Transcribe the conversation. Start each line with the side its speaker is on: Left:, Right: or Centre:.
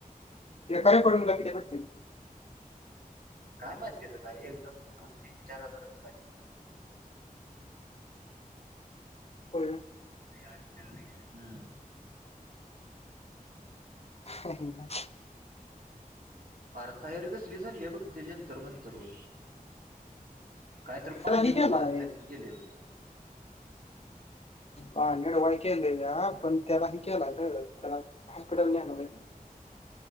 Left: खय पडूनला किती भेटतील.
Right: काय माहितीचं काय एकदाम तीन चार हजार.
Left: होल.
Right: तयारी चल रही ह ह.
Left: ना.
Right: अर्थहेर घसली झाली बघ त्याच्यांतर मंतर व. काहीतरी पाणी
Left: त्याला ही केलाय
Right: उडवायच काहीतरी गेले.
Left: हा निडवाळ केले ह पण त्याला ह केला त्याला हॉस्पिटल न आण